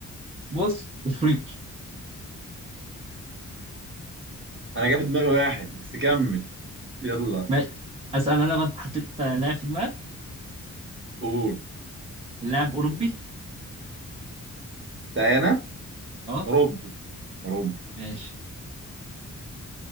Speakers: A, on the right; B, on the right.
A: بص افريقي
B: انا جاب في دماغي واحد بس كمل يلا
A: ما... اسال انا بقى حطيت لاعب في دماغك
B: قول
A: لاعب اوروبي
B: تعالى
A: اه
B: اوروبي اوروبي
A: ماشي